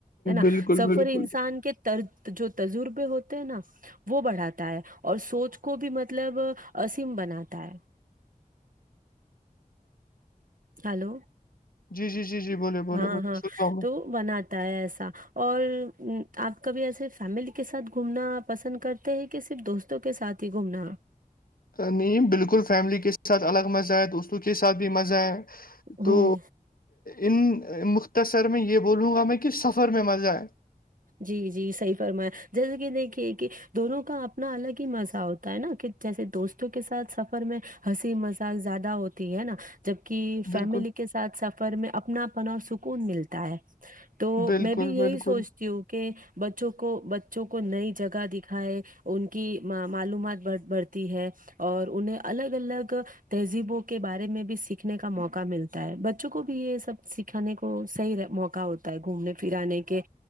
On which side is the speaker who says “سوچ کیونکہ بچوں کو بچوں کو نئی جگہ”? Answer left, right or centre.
Right